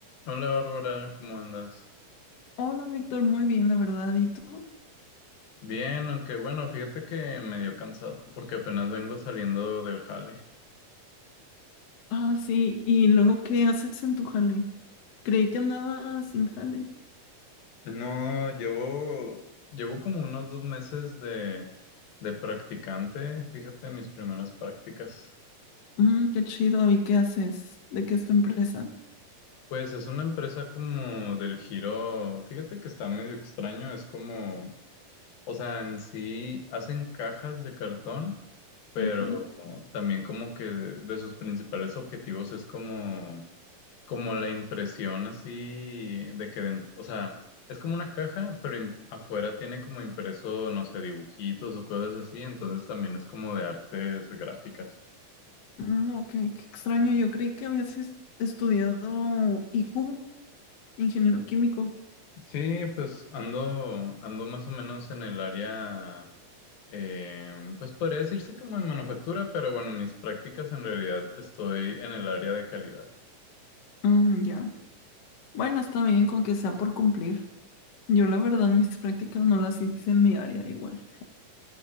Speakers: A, on the left (about 80°); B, on the left (about 65°).
A: Hola Bárbara, ¿cómo andas?
B: Hola, Víctor, muy bien, la verdad. ¿Y tú?
A: Bien, aunque bueno, fíjate que medio cansado porque apenas vengo saliendo del jale.
B: Ah, sí. ¿Y luego qué haces en tu jale? Creí que andabas sin jale.
A: No, llevo, llevo como unos dos meses de, de practicante, fíjate mis primeras prácticas.
B: Mm, qué chido. ¿Y qué haces? ¿De qué es tu empresa?
A: Pues es una empresa como del giro, fíjate que está medio extraño, es como, o sea, en sí hacen cajas de cartón, pero
B: Ujú.
A: también como que de sus principales objetivos es como como la impresión así de que, den- o sea, es como una caja, pero im- afuera tiene como impreso, no sé, dibujitos o cosas así, entonces también es como de artes gráficas.
B: Mm, ok, qué extraño. Yo creí que habías es- estudiado IQ, ingeniero químico.
A: Sí, pues ando, ando más o menos en el área, eh, pues podría decirse como de manufactura, pero bueno, mis prácticas en realidad estoy en el área de calidad.
B: Mm, ya. Bueno, está bien con que sea por cumplir. Yo la verdad mis prácticas no las hice en mi área igual.